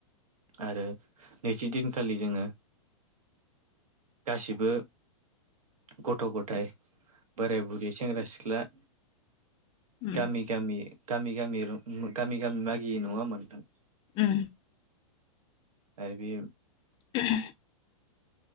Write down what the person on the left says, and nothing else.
उम
उम
<unintelligible>